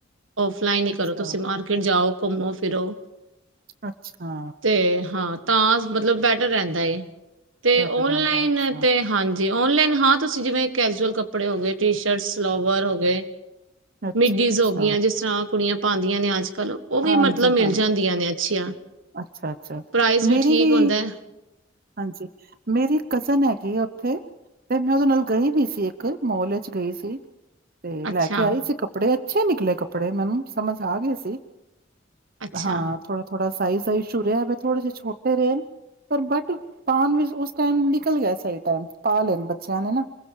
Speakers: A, on the right; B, on the right.
A: ਔਫਲਾਈਨ ਹੀ
B: ਅੱਛਾ
A: ਕਰੋ ਤੁਸੀਂ ਮਾਰਕੀਟ ਜਾਓ ਘੁੰਮੋ ਫਿਰੋ
B: ਅੱਛਾ
A: ਅਤੇ ਹਾਂ ਤਾਂ ਮਤਲਬ ਬੈਟਰ ਰਹਿੰਦਾ ਏ ਅਤੇ
B: ਬੈਟਰ
A: ਔਨਲਾਈਨ
B: ਰਹਿੰਦਾ ਅੱਛਾ
A: ਹਾਂਜੀ ਓਨਲਾਈਨ ਹਾਂ ਤੁਸੀਂ ਜਿਵੇਂ ਕੈਜਲ ਕੱਪੜੇ ਹੋ ਗਏ ਟੀ ਸ਼ਰਟ ਸਲਾਵਰ ਹੋ ਗ
B: ਅੱਛਾ
A: ਮਿਡੀਜ਼
B: ਅੱਛਾ
A: ਹੋ ਗਈਆਂ ਜਿਸ ਤਰ੍ਹਾਂ ਕੁੜੀਆਂ ਪਾਉਂਦੀਆਂ ਨੇ ਅੱਜ ਕੱਲ੍ਹ ਉਹ ਵੀ
B: ਹਾਂਜੀ
A: ਮਤਲਬ ਮਿਲ
B: ਹਾਂਜੀ
A: ਜਾਂਦੀਆਂ ਨੇ ਅੱਛੀਆਂ
B: ਅੱਛਾ ਅੱਛਾ
A: ਪ੍ਰਾਈਸ
B: ਮੇਰੀ
A: ਠੀਕ
B: ਵੀ
A: ਹੁੰਦਾ ਹੈ
B: ਹਾਂਜੀ ਮੇਰੀ ਕਜ਼ਨ ਹੈਗੀ ਆ ਉੱਥੇ ਤੇ ਮੈਂ ਉਹਦੇ ਨਾਲ ਗਈ ਵੀ ਸੀ ਇੱਕ ਮੋਲ ਵਿੱਚ ਗਈ ਸੀ ਤੇ
A: ਅੱਛਾ
B: ਲੈ ਕੇ ਆਈ ਸੀ ਕੱਪੜੇ ਅੱਛੇ ਨਿਕਲੇ ਕੱਪੜੇ ਮੈਨੂੰ ਸਮਝ ਆ ਗਏ ਸੀ
A: ਅੱਛਾ
B: ਹਾਂ ਥੋੜਾ ਥੋੜਾ ਸਾਈਜ਼ਾਈਜ਼ ਸ਼ ਰਿਹਾ ਥੋੜੇ ਜਿਹੇ ਛੋਟੇ ਰਹੇ ਪਰ ਬਟ ਪਾਉਣ ਵਿੱਚ ਉਸ ਟਾਈਮ ਨਿਕਲ ਗਿਆ ਸਹੀ ਟਾਈਮ ਪਾ ਲੈਣ ਬੱਚਿਆਂ ਨੇ ਨਾ